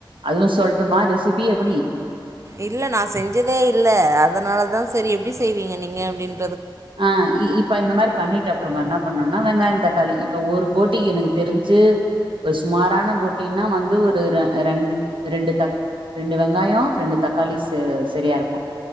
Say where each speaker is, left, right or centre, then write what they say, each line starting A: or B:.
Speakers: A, on the right; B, on the right.
A: அதுவு சொல்ட்டுமா ரெசிபி எப்பிடி
B: இல்ல நா செஞ்சதே இல்ல அதனாலதா சரி எப்டி செய்வீங்க நீங்க அப்டினு
A: ஆஹ் இ இப்ப இந்த மாரி பண்ணிடப் பொறமா என்ன பண்ணனோ வெங்காயோ தக்காளி இப்ப ஒரு போட்டிக்கு எனக்கு தெரிஞ்சு ஒரு சுமாரான போட்டின்னா வந்து ஒரு ரெ ரெண் ரெண்டு தக் ரெண்டு வெங்காயோ ரெண்டு தக்காளி செ செரியா இருக்கு